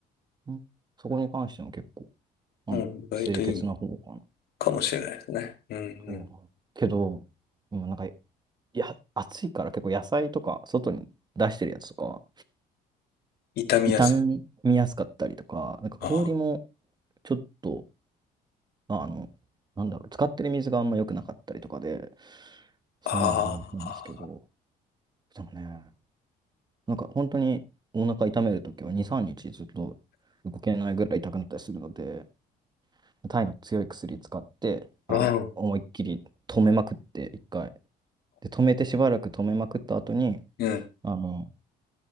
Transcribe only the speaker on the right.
んそこに関しても結構、あの、
清潔な方かな
とは思うけど、うなんかいや、暑いから結構野菜とか外に出してるやつとかは
傷みやすかったりとか、なんか氷も
ちょっと、まあ、あの、なんだろう、使ってる水があんま良くなかったりとかで、そういうのあるらしいんですけど、
でもね、なんか本当にお腹痛めるときは2、3日ずっと動けないぐらい痛くなったりするので、タイの強い薬使って、あの、
思いっきり止めまくって、一回。で、止めてしばらく止めまくった後に、
あの、